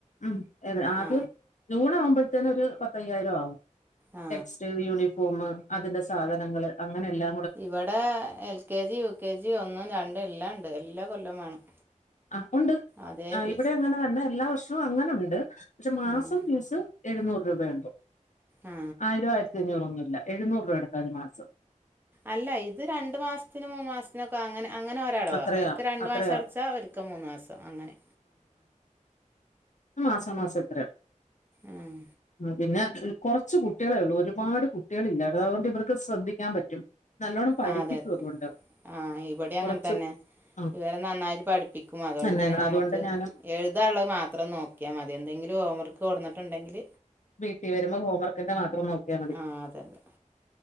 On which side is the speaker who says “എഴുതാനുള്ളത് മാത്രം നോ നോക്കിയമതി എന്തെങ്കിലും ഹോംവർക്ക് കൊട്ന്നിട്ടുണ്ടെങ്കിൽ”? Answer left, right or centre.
Right